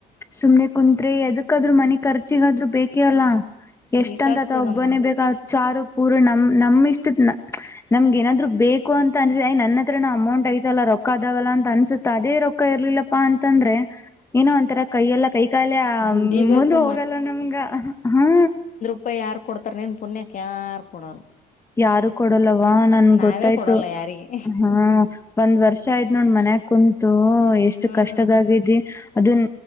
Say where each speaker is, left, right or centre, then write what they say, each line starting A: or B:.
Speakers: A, on the left; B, on the left.
A: ಸುಮ್ಮನೆ ಕುಂತ್ರಿ ಎದಕ್ಕಾದ್ ಮನೆ ಖರ್ಚಿಗಾದ್ರು ಬೇಕೇ ಅಲ್ಲ ಎಷ್ಟಂತತ
B: ಬೇಕಾಗ್ತದಮ್ಮ
A: ಒಬ್ಬನೇ ಬೇಕ ಚಾರು ಪೂರು ನಮ ನಮ ಇಷ್ಟತ್ನ ನಮ್ಗೆ ಏನಾದ್ರು ಬೇಕ ಅನ್ಸತಯ ನನ್ನ ಹತ್ರನ ಅಮೌಂಟ್ ಐತಲ್ಲ ರೊಕ್ ಅಾವಲ್ಲ ಅನ್ಸುತ್ತ ಅದ ರೊ ಅಕ್ಕ ಇರ್ಲಿಲ್ಲಪ್ಪಾ ಅಂತಂದ್ರೆ ಏನೋ ಒಂಥರ ಕೈಯ ಎಲ್ಲ ಕೈಕಾಲೆ
B: ದುಡಿಬೇಕು
A: ಮುಂದ ಹೋಗಲ್ಲ ನಮ್ಗ ಹಾ
B: ಪಪ್ಪ ಯಾರು ಕೊಡ್ತಾರೆ ನೀನ್ ಪುಣ್ಯಕ್ಕೆ ಯಾರು ಕೊಡೋರು
A: ಯಾರು ಕೊಡಲ್ಲವಾ ನನ್
B: ನಾವೇ
A: ಗೊತ್ತಾಯ್ತು
B: ಕೊಡಲ್ಲ ಯಾರಿಗೆ
A: ಹ ಒಂದ್ ವರ್ಷ ಷ ಆಯ್ ನೋಡ್ ಮನ್ಯಕ್ ಕುಂತು ಎಷ್ಟು
B: ಹ್ಮ್
A: ಕಷ್ಟದಾಗಿದಿ ಅದನ್